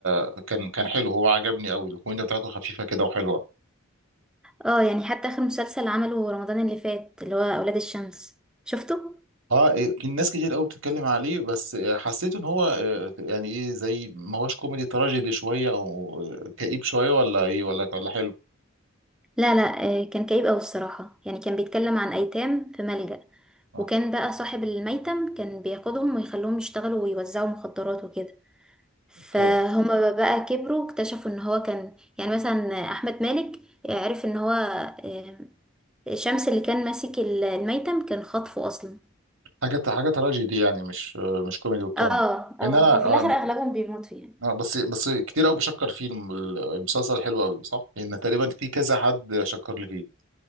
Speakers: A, on the right (about 80°); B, in the centre.
A: آه، كان كان حلو هو عجبني قوي الكوميديا بتاعته خفيفه كده وحلوه
B: اه يعني حتى اخر مسلسل عمله رمضان اللي فات اللي هو اولاد الشمس شفته
A: اه إيه، في ناس كتير قوي بتتكلم عليه بس آه، حسيت ان هو آه، يعني ايه زي ما هوش كوميدي تراجيدي شويه او آه، كئيب شويه ولا ايه ولا ولا حلو
B: لا لا آه، كان كئيب اوي الصراحة يعني كان بيتكلم عن ايتام في ملجأ
A: اه
B: وكان بقى صاحب الميتم كان بياخدهم ويخلوهم يشتغلوا ويوزعوا مخدرات وكده فهما
A: ف-
B: بقى كبروا اكتشفوا ان هو كان يعني مثلا احمد مالك عرف ان هو آه، شمس اللي كان ماسك ال- الميتم كان خاطفه اصلا
A: حاجه حاجه تراجيدي يعني مش آه، مش كوميدي والكلام
B: اه
A: ده
B: اه
A: ان انا
B: وفي
A: آه،
B: الاخر اغلبهم بيموتوا يعني
A: آه، بس بس كتير قوي بشكر فيه الم- المسلسل حلو قوي صح لان تقريبا في كذا حد شكر لي فيه